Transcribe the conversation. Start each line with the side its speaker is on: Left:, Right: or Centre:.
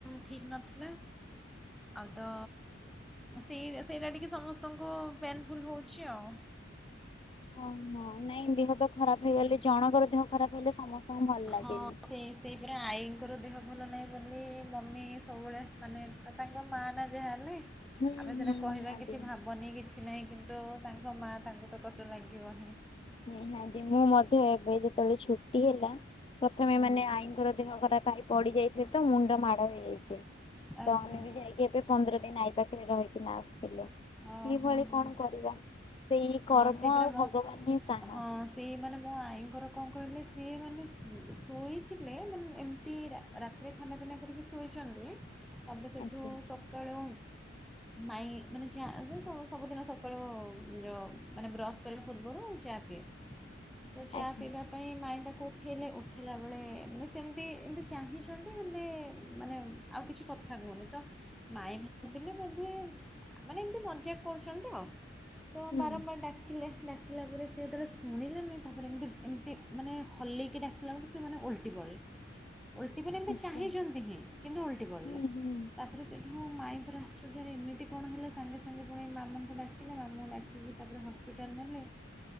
Centre: ଠିକ୍ ନଥିଲା ଆଉ ତ ସେ ସେଇଟା ଟିକେ ସମସ୍ତଙ୍କୁ ପେନଫୁଲ୍ ହେଉଛି ଆଉ
Left: ହଁ ନାଇଁ ନାଇଁ ଦେହତ ଖରାପ ହେଇଗଲେ ଜଣଙ୍କର ଦେହ ଖରାପ ହେଲେ ସମସ୍ତଙ୍କୁ ଭଲ ଲାଗେନି।
Centre: ହଁ ସେଇ ସେଇପରା ଆଈଙ୍କର ଦେହ ଭଲ ନାହିଁ ବୋଲି ମମି ସବୁବେଳେ ମାନେ ତ ତାଙ୍କ ମା ନା ଯାହା ହେଲେ।
Left: ହୁଁ
Centre: ଆମେ
Left: ହୁଁ
Centre: ସିନା କହିବା
Left: ନିହାତି
Centre: କିଛି ଭାବନି କିଛି ନାଇଁ କିନ୍ତୁ ତାଙ୍କ ମା ତାଙ୍କୁ ତ କଷ୍ଟ ଲାଗିବ ହିଁ।
Left: ନିହାତି ମୁଁ ମଧ୍ୟ ଏବେ ଯେତେବେଳେ ଛୁଟି ହେଲା ପ୍ରଥମେ
Centre: ହୁଁ
Left: ମାନେ ଆଈଙ୍କର ଦେହ ଖରାପ ପଡି ଯାଇଥିଲେ ତ ମୁଣ୍ଡ ମାଡ ହେଇଯାଇଥିଲା। <unintelligible>
Centre: ଆଚ୍ଛା
Left: ତ ଆମେବି ଯାଇକି ଏବେ ପନ୍ଦର ଏଇନା ଆଉ ପାଖରେ ରହିକି ନା ଆସିଥିଲୁ।
Centre: ଓ
Left: ଏଇଭଳି
Centre: ହଁ ହଁ।
Left: କଣ କରିବା। ଏଇ
Centre: ହଁ
Left: କର୍ମ
Centre: ସେ ପରା
Left: ଆଉ
Centre: ମୋ
Left: ଭଗବାନ ହିଁ ସାହା।
Centre: ହଁ ସେଇ ସେମାନେ ମୋ ଆଈଙ୍କର କଣ କହିଲେ ସିଏ ମାନେ ଶୋଇଥିଲେ ମାନେ ଏମିତି ରାତିରେ ଖାନାପିନା କରିକି ଶୋଇଛନ୍ତି। ତାପରେ ସେଠୁ
Left: ଆଜ୍ଞା
Centre: ସକାଳୁ ମାଇଁ ମାନେ ଯା ସ ସବୁଦିନ ସକାଳୁ ଯୋ ମାନେ ବ୍ରସ୍ କରିବା ପୂର୍ବରୁ ଚା ପିଏ ତ ଚା
Left: ଆଜ୍ଞା
Centre: ପିଇବା ପାଇଁ ମାଇଁ ତ ଉଠେଇଲେ ଉଠେଇଲା ବେଳେ ମାନେ ସେମିତି ଏମିତି ଚାହିଁଛନ୍ତି ହେଲେ ମାନେ ଆଉ କିଛି କଥା କହୁନି ତ ମାଇଁ ଭାବିଲେ ବୋଧେ ମାନେ ଏମିତି ମଜାକ କରୁଛନ୍ତି ଆଉ ତ
Left: ହୁଁ
Centre: ବାରମ୍ବାର ଡାକିଲେ ଡାକିଲା ପରେ ସେ ଯେତେବେଳେ ଶୁଣିଲେନି ତାପରେ ଏମିତି ଏମିତି ମାନେ ହଲେଇକି ଡାକିଲା ବେଳକୁ ସେ ମାନେ ଓଲଟି ପଡ଼ିଲେ। ଓଲଟି ପଡିଲେ ଏମିତି
Left: ଆଚ୍ଛା
Centre: ଚାହିଁଛନ୍ତି ହିଁ କିନ୍ତୁ ଓଲଟି ପଡ଼ିଲା
Left: ହୁଁ ହୁଁ
Centre: ତାପରେ ସେ ମୋ ମାଇଁଙ୍କର ଆଶ୍ଚର୍ଯ୍ୟରେ ଏମିତି କଣ ହେଲେ ସାଙ୍ଗେ ସାଙ୍ଗେ ପୁଣି ମାମା ଡାକିଲେ ମାମା ାକିଲି ଦେଖିକି ତାପରେ ହସ୍ପିଟାଲ ନେଲେ